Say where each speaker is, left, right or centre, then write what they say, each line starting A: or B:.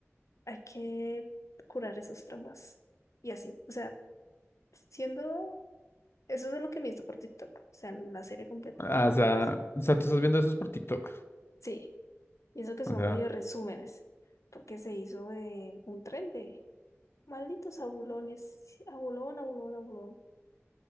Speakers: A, on the left (about 80°); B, on the left (about 50°).
A: hay que curar esos traumas. Y así, o sea, siendo eso es lo que he visto por TikTok. O sea, la serie completa
B: Ah,
A: no.
B: o sea,
A: es-
B: o sea, tú estás viendo esos por TikTok.
A: Sí, y eso que son
B: O sea,
A: medio resúmenes, porque se hizo de un tren de malditos abulones. sí, Abulón, abulón, abulón.